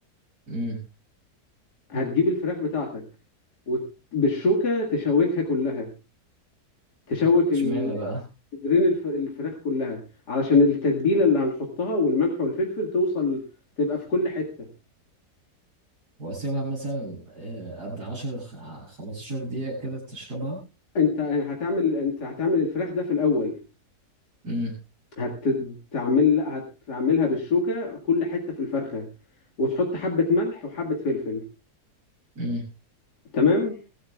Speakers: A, on the right (about 75°); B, on the left (about 80°).
A: امم
B: هتجيب الفراخ بتاعتك وبالشوكة تشوكها كلها تشوك
A: اشمعنى
B: ال-
A: بقى
B: صدرين الف- الفراخ كلها علشان التتبيلة اللي هنحطها والملح والفلفل توصل تبقى في كل حتة
A: واسيبها مثلا آه، قد عشر خ- خمستاشر دقيقة كده تشربها
B: انت هتعمل انت هتعمل الفراخ ده في الأول
A: امم
B: هتعمل هتعملها بالشوكة كل حتة في الفرخة وتحط حبة ملح وحبة فلفل
A: امم
B: تمام